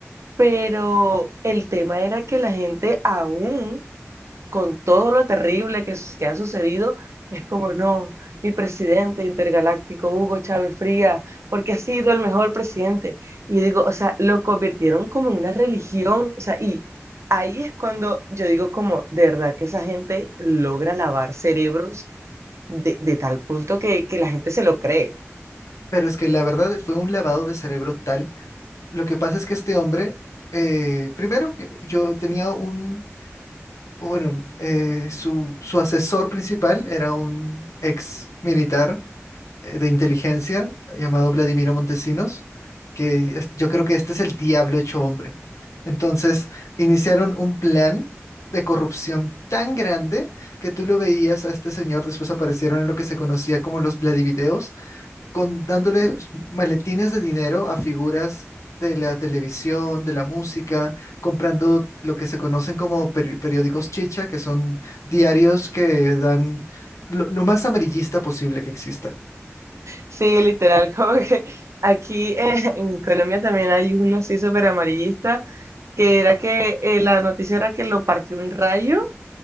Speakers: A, on the right; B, on the left.
A: pero el tema era que la gente aún, con todo lo terrible que, s- que ha sucedido, es como, no, mi presidente intergaláctico, Hugo Chávez Frías, porque ha sido el mejor presidente. Y yo digo, o sea, lo convirtieron como en una religión, o sea, y y es cuando yo digo como, de verdad que esa gente logra lavar cerebros de, de tal punto que, que la gente se lo cree.
B: Pero es que la verdad fue un lavado de cerebro tal Lo que pasa es que este hombre, eh, primero, que yo tenía un, bueno, eh, su, su asesor principal era un ex militar eh, de inteligencia llamado Vladimiro Montesinos, que es- yo creo que este es el diablo hecho hombre. Entonces, iniciaron un plan de corrupción tan grande que tú lo veías a este señor, después aparecieron en lo que se conocía como los Vladivideos, con, dándole maletines de dinero a figuras de la televisión, de la música, comprando lo que se conocen como peri- periódicos chicha, que son diarios que dan lo, lo más amarillista posible que exista.
A: Sí, literal, <laughs> como que aquí eh, en Colombia también hay uno así súper amarillista, que era que eh, la noticia era que lo partió un rayo